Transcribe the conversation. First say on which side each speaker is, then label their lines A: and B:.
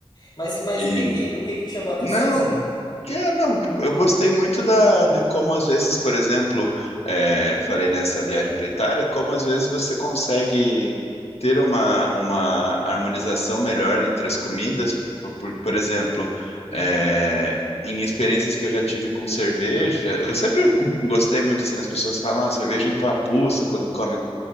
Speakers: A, on the left (about 50°); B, on the left (about 80°).
A: Mas, mas
B: E.
A: o que que, o que que te chamou a atenção,
B: Não,
A: assim?
B: Que é, não, eu gostei muito da, de como às vezes, por exemplo, é, falei nessa viagem para a Itália, como às vezes você consegue ter uma, uma harmonização melhor entre as comidas, por, por, por exemplo,
A: Uhum,
B: é, em experiências que eu já tive com cerveja, eu sempre gostei muito assim, as pessoas falam, ah, cerveja empapuça quando come,